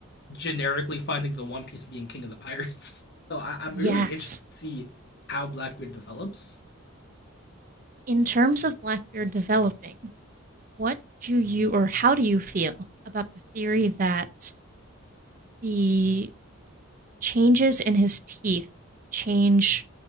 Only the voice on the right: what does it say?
yes.
In terms of Blackbeard developing, what do you or how do you feel about the theory that the changes in his teeth change